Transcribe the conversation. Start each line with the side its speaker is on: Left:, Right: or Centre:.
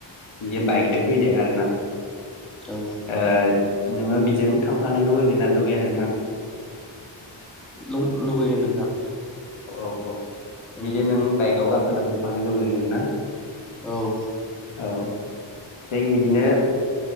Left: बियो बाइकदो फैदो आरोना
Centre: औ
Left: ओ नोङो बेजों थांफानो लुबैगोन ना लुगैया नोंथां
Centre: लु लुगैगोन नोंथां
Left: औ औ
Centre: औ
Left: बिदि नों बाइकआव गाखोनानै थांफानो लुगैगोन ना
Centre: औ
Left: औ जों बिदिनो